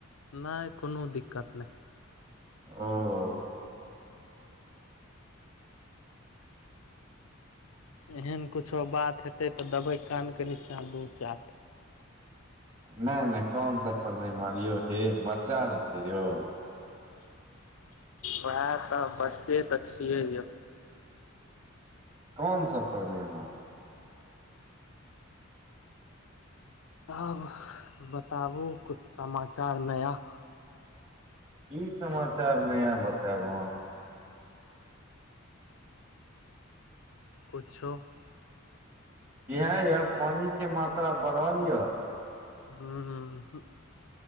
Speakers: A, on the left; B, on the right.
A: नइ कोनो दिक्कत नहि- -
B: अ- - अ
A: एहन कुछो बात हेतै तऽ देबै कानके नीचाँ दू चा- -
B: नयि नयि कान सब पर नहि मारौ यो बच्चा ने छै यौ।
A: वैहे तऽ बच्चे छियै यौ।
B: कान सब पर नयि मारियो --
A: अहा बताबु कुछ समाचार नया- -
B: कि समाचार नया बतायब अहाँ।
A: कुछो- -
B: इहा य पानी के मात्रा बढ़ल य- -
A: हुं हुं उहु- -